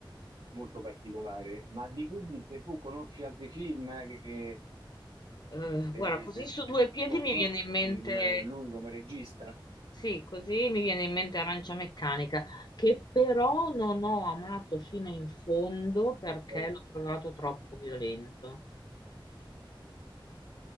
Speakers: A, on the right; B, on the left.
A: molto particolare, ma di Kubrick tu conosci altri film eh, che,
B: Eh,
A: che-
B: guarda, così su
A: eh,
B: due piedi
A: conosci
B: mi viene in mente,
A: il- lui come regista?
B: sì, così mi viene in mente Arancia Meccanica, che però non ho amato fino in fondo perché
A: Eh,
B: l'ho trovato troppo violento.